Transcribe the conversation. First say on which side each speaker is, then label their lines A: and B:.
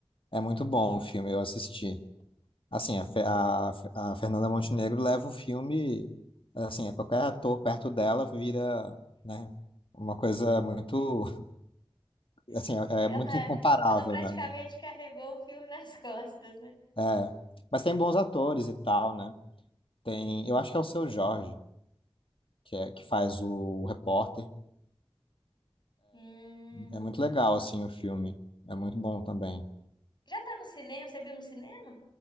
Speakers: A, on the left; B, on the left.
A: É muito bom o filme, eu assisti. Assim, a, Fe- a, a Fernanda Montenegro leva o filme, assim, a qualquer ator perto dela vira, né? Uma coisa muito, assim,
B: <laughs>
A: é
B: Ela,
A: é muito incomparável,
B: ela praticamente
A: né?
B: carregou o filme nas <laughs> costas, né?
A: É, mas tem bons atores e tal, né? Tem, eu acho que é o Seu Jorge, que é que faz o, repórter.
B: Hum.
A: É é muito legal assim o filme. É muito bom também.
B: Já tá no cinema? Você viu no cinema?